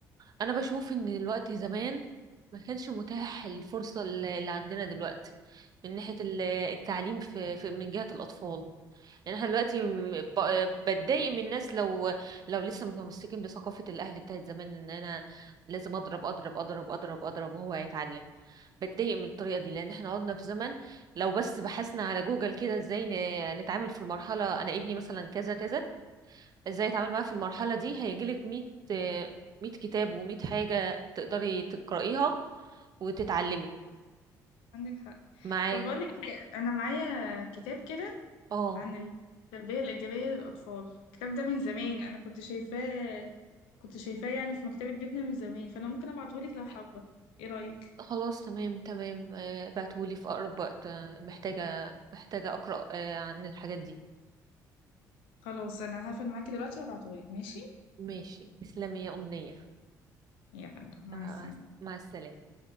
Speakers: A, on the right; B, on the left.
A: انا بشوف ان الوقت زمان ما كانش متاح الفرصة اللي اللي عندنا دلوقتي من ناحية ال- التعليم في في- من جهة الأطفال يعني احنا دلوقتي م- ب- بتضايق من الناس لو لو لسه متمسكين بثقافة الأهل بتاعت زمان إن أنا لازم أضرب أضرب أضرب أضرب أضرب وهو هيتعلم بتضايق من الطريقة دي لأن احنا قعدنا في زمن لو بس بحثنا على جوجل كده ازاي ن- نتعامل في المرحلة أنا ابني مثلا كذا كذا ازاي أتعامل معاه في المرحلة دي هيجيلك ميت آه، ميت كتاب وميت حاجة تقدري تقرأيها وتتعلمي
B: عندك حق
A: معاه
B: طب بقول لك إيه، انا معايا كتاب كده
A: اه
B: عن التربيه الايجابيه للاطفال الكتاب ده من زمان انا كنت شايفاه كنت شايفاه يعني في مكتبه بيتنا من زمان فانا ممكن ابعته لك لو حابه ايه رايك
A: خلاص تمام تمام آه، بعتهولي في أقرب وقت آه، محتاجة محتاجة أقرأ آه، عن الحاجات دي
B: خلاص انا هقفل معاكي دلوقتي وابعته لك ماشي
A: ماشي تسلمي يا أمنية
B: يلا مع
A: آه،
B: السلامه
A: مع السلامة